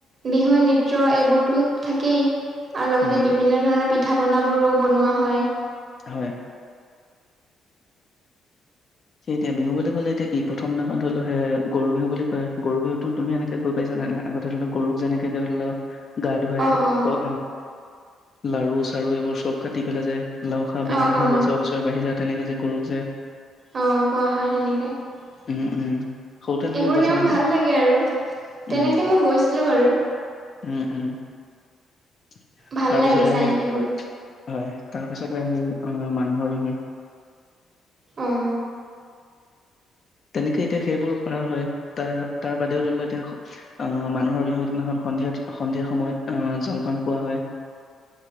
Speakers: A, on the right; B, on the left.
A: বিহু নৃত্য এইবোৰ থাকেই আৰু লগতে
B: উম
A: বিভিন্ন ধৰণৰ পিঠা পনাবোৰো বনোৱা হয়।
B: হয়। সেই এতিয়া বিহু বুলি কলে এতিয়া কি প্ৰথম দিনাখন অলপ এ গৰু বিহু বুলি কয়। গৰু বিহুতো তুমি এনেকে গৈ পাইছা নহ নে আগতে ধৰি লও গৰুক যেনেকে ধৰি লও গা ধুৱাই
A: অঁ অঁ
B: ক লাৰু চাৰু এইবোৰ চব কাটি পেলাই যে লাও খা বেঙেনা
A: অঁ
B: খা
A: অঁ
B: বছৰে বছৰে বাঢ়ি যা তেনেকৈ যে গৰুক যে,
A: আহ কোৱা হয় তেনেকে এইবোৰ
B: উম উম সৰুতে তেনেকে গৈছা
A: নিয়ম
B: নে নাই
A: ভাল লাগে আৰু।
B: উম
A: তেনেকে মই গৈছিলোঁ বাৰু,
B: উম উম তাৰপিছতে
A: ভাল লাগে চাই
B: আহ
A: সেইবোৰ
B: হয় তাৰপিছতে আহিল আহ মানুহৰ বিহু
A: অ।
B: তেনেকে এতিয়া সেইবোৰ পাৰ হয়। তাৰ তাৰ বাদেও ধৰিলেও এতিয়া আহ মানুহৰ বিহু দিনাখন, সন্ধিয়াত সন্ধিয়া সময়ত জলপান খোৱা হয়।